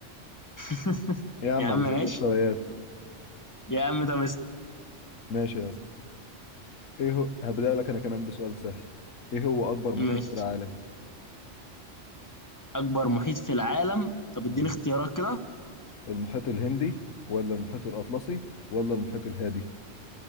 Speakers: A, on the left; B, on the left.
A: <laughs>
B: يا عم
A: يا عم
B: عايزين
A: ماشي
B: مستويات
A: يا عم طب اسأل
B: ماشي يا اسطى ايه هو هبدأ لك انا كمان بسؤال سهل ايه هو اكبر محيط
A: ماشي
B: في العالم
A: اكبر محيط في العالم طب
B: امم
A: اديني اختيارات كده
B: المحيط الهندي ولا المحيط الأطلسي ولا المحيط الهادي